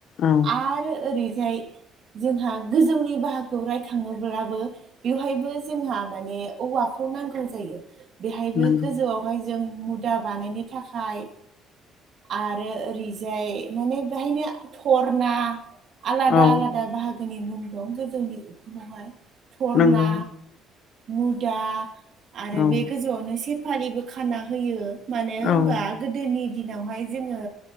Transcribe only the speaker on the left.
औ
नंगौ
औ
नंगौ
औ
औ